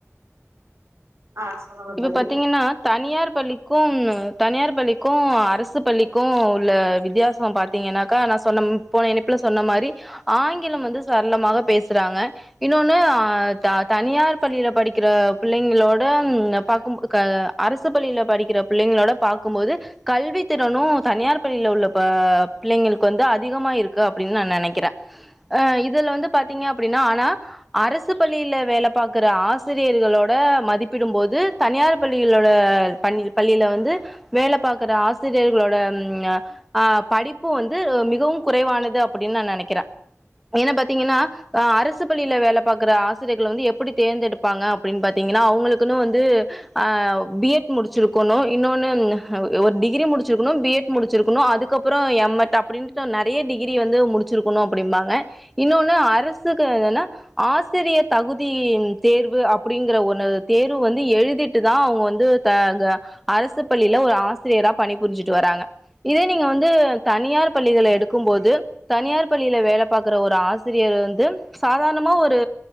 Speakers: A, on the right (about 65°); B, in the centre.
A: ஆ சொல்லுங்க
B: இப்ப
A: தோழி
B: பாத்தீங்கன்னா தனியார் பள்ளி க்கும் தனியார் பள்ளிக்கு அரசு பள்ளிக்கு உள்ள வித்தியாசொ பாத்தீங்கன்னாக்கா நா சொன்ன ம் போன இணைப்புல சொன்ன மாரி ஆங்கிலம் வந்து சரளமாக பேசுறாங்க இன்னொன்னு ஆ த தனியார் பள்ளியில படிக்கிற புள்ளைங்களோட பாக்கும் போ க அரசு பள்ளியில படிக்கிற புள்ளைங்களோட பாக்கும்போது கல்வி திறனு தனியார் பள்ளியில உள்ள பா பிள்ளைங்களுக்கு வந்து அதிகமா இருக்கு அப்டின்னு நா நெனக்கிற ஆ இதுல வந்து பாத்தீங்க அப் டின்னா ஆனா அரஸ் சு பள்ளியில வேல பாக்குற ஆசிரியர்களோட மதிப்பிடும் போது தனியார் பள்ளியில உள்ள பணி பள்ளியில வந்து வேல பாக்குற ஆசிரியர்களோட ம் ங ஆ படிப்பு வந்து மிகவும் குறைவானது அப்டின் நா நெனக்கிற ஏன்னு பாத்தீங்கன்னா ஆ அரசு பள்ளியில வேல பாக்குற ஆசிரியர்கள வந்து எப்டி தேர்ந்தெடுப்பாங்க அப்டின் பாத்தீங்கன்னா அவ்ங்களுக்குன்னு வந்து ஆ பி எட் முடிச்சிருக்கொணு இன்னொன்னு ஒரு டிகிரி முடிச்சிருக்கணு பி எட் முடிச்சிருக்கணு அதுக்கப்பறொ எம் எட் அப்டின் நறைய டிகிரி வந்து முடிச்சிருக்கொணு அப்டிம்பாங்க இன்னொன்னு அரசுக்கு என்ன ஆசிரிய தகுதி தேர்வு அப்டிங்கிற ஒன்னு தேர்வு வந்து எழுதி திட்டுதா அவ்ங்க வந்து த க அரசு பள்ளியில ஒரு ஆசிரியரா பணிபுரிஞ்சுட்டு வராங்க இதே நீங்க வந்து தனியார் பள்ளிகள எடுக்கும்போது தனியார் பள்ளியில வேல பாக்குற ஒரு ஆசிரியர் வந்து சாதாரணமா ஒரு